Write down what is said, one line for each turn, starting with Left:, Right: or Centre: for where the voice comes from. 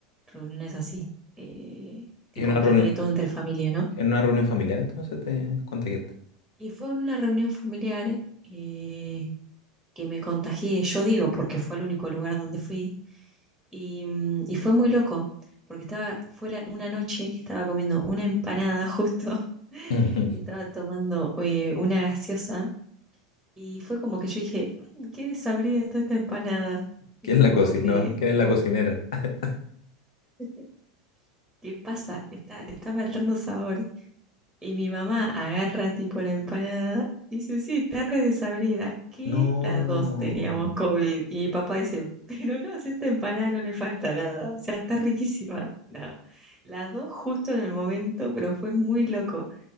Centre: reuniones así, eh, tipo
Left: ¿En una reunión,
Centre: que quede todo entre familia, ¿no?
Left: en una reunión familiar entonces te contagiaste?
Centre: Y fue una reunión familiar eh, que me contagié, yo digo, porque fue el único lugar donde fui, y, mm, y fue muy loco, porque estaba, fue la- una noche que estaba comiendo una empanada justo, <laughs>
Left: <laughs>
Centre: y estaba tomando eh, una gaseosa, y fue como que yo dije, "Mm, qué desabrida está esta empanada,
Left: ¿Quién
Centre: y fue
Left: la
Centre: como
Left: cocinó?
Centre: que,
Left: ¿Quién
Centre: tipo,
Left: es la cocinera? <laughs>
Centre: <laughs> ¿qué pasa? Está, le está faltando sabor. Y mi mamá agarra tipo la empanada, y dice, sí, está re desabrida, que
Left: No.
Centre: las dos teníamos COVID. Y mi papá dice, <laughs> pero no, si a esta empanada no le falta nada, o sea, está riquísima. Nada. Las dos justo en el momento, pero fue muy loco.